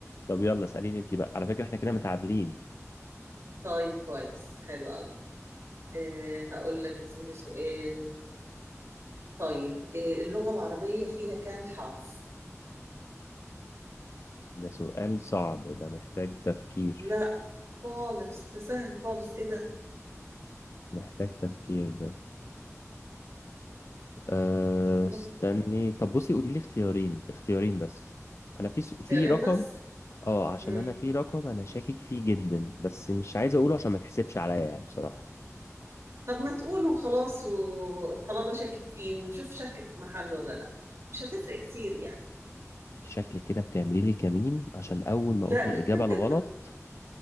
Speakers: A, on the left (about 55°); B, on the right (about 55°).
A: طب يلا اساليني انت بقى على فكره احنا كده متعادلين
B: طيب كويس حلو قوي أه هقول لك يا سيدي سؤال طيب أه اللغة العربية فيها كام حرف؟
A: ده سؤال صعب ده محتاج تفكير
B: لا خالص ده سهل خالص ايه ده
A: محتاج تفكير ده أه
B: نقط
A: استني طب بصي قولي لي اختيارين اختيارين بس انا في س- في
B: تيارين
A: رقم
B: بس
A: اه عشان
B: مم.
A: انا في رقم انا شاكك فيه جدا بس مش عايز اقوله عشان ما تحسبش عليا يعني بصراحه
B: طب ما تقولوا خلاص وطالما شاكك فيه ونشوف شاكك في محله ولا لا مش هتفرق كتير يعني
A: شكلك كده بتعملي لي كمين عشان اول ما
B: لا
A: اقول
B: لا
A: الاجابه
B: <laughs>
A: الغلط